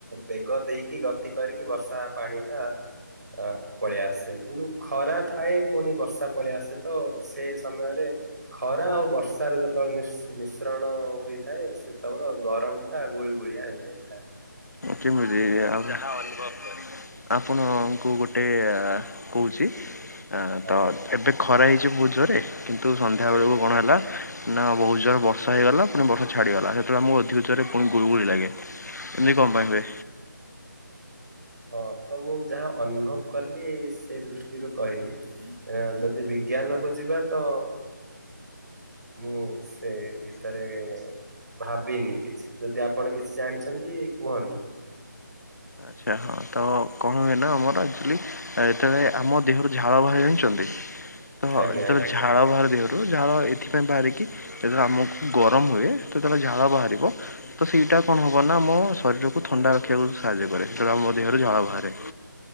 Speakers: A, on the right; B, on the left.
A: ବେଗ ଦେଇକି ଗତି କରିକି ବର୍ଷା ପାଣି ଟା ଅ ପଳେଇଆସେ କିନ୍ତୁ ଖରା ଥାଏ ପୁଣି ବର୍ଷା ପଳେଇ ଆସେ ତ ସେ ସମୟରେ ଖରା ଆଉ ବର୍ଷାର ଯ ଯେତେବେଳେ ମିଶ୍ ମିଶ୍ରଣ ହୋଇଥାଏ ସେତେବେଳେ ଗରମ ଟା ଗୁଳ ଗୁଳିଆ ହେଇଯାଇଥାଏ।
B: କେମିତି ଆଉ ଯାହା ଅନୁଭବ କରି ଆପଣ ଙ୍କୁ ଗୋଟେ ଅ କହୁଛି ଅ
A: ଆଜ୍ଞା
B: ତ ଏବେ ଖରା ହେଇଛି ବହୁତ ଯୋରେ କିନ୍ତୁ ସନ୍ଧ୍ୟାବେଳକୁ
A: ଆଜ୍ଞା।
B: କଣ ହେଲା ନା ବହୁତ ଜୋର ବର୍ଷା ହେଇଗଲା ପୁଣି ବର୍ଷା ଛାଡିଗଲା ସେତେବେଳେ ଆମକୁ ଅଧିକ ଜୋରେ ପୁଣି ଗୁଳ ଗୁଳି ଲାଗେ। କ ପାଇ ହୁଏ?
A: ହଁ ତ ମୁଁ ଯାହା ଅନୁଭବ କଲି ସେ ଦୃଷ୍ଟିରୁ କହିଲି ଅ ଯଦି ବି ଜ୍ଞାନକୁ ଯିବା ତ ମୁଁ ସେ ଭିତରେ ଭାବିନି କିଛି ଯଦି ଆପଣ କିଛି ଜାଣିଛନ୍ତି କୁହନ୍ତୁ?
B: ଆଚ୍ଛା ହଁ ତ କଣ ହୁଏନା ଆମର ଏକ୍କୁଆଲି ଯେତେବେଳେ ଆମ ଦେହରୁ ଝାଳ ବାହାରେ ଜାଣିଛନ୍ତି ତ
A: ଆଜ୍ଞା
B: ଯେତେବେଳେ
A: ଆଜ୍ଞା
B: ଝାଳ ବାହାରେ ଦେହ ଝାଳ ଏଥି ପାଇଁ ବାହାରେ କି ଯେତେ ବେଳେ ଆମ କୁ ଗରମ ହୁଏ ତ ଝାଳ ବାହାରିବ ତ ସେଇଟା କଣ ହବ ନା ମୋ ଶରୀରକୁ ଥଣ୍ଡା ରଖିଆ କୁ ସାହାଯ୍ୟ କରେ ସେତେ ବେଳେ ମୋ ଦେହରୁ ଝାଳ ବାହାରେ।